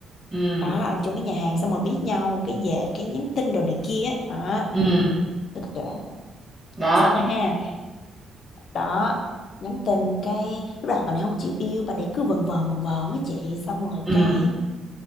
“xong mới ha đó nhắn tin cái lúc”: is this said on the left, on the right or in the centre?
Left